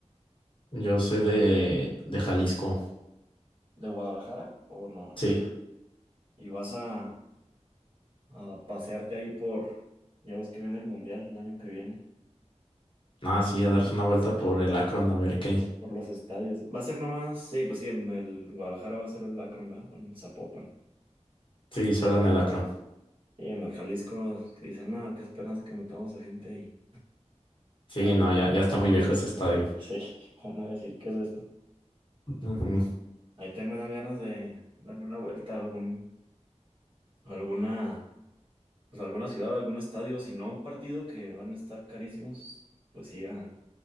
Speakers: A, on the left; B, on the right.
A: yo soy de, de Jalisco.
B: ¿De Guadalajara o no?
A: Sí,
B: Y vas a, a pasearte ahí por, ya ves que viene el Mundial el año que viene,
A: nada, sí, a darse una vuelta por el Akron, a ver qué.
B: por los estadios. Va a ser nomás, sí, pues sí, en el Guadalajara va a ser el Akron, ¿verdad? O En Zapopan.
A: Sí, solo en el Akron.
B: Y en el Jalisco que dicen, no, qué esperanza que metamos a gente ahí.
A: Sí,
B: Al-
A: no, ya, ya está muy viejo ese estadio.
B: sí, <laughs> van a decir, ¿qué es esto?
A: Ujú.
B: Ahí también me dan ganas de darme una vuelta a algún, a alguna, pues a alguna ciudad, a algún estadio, si no a un partido que van a estar carísimos, pues sí, a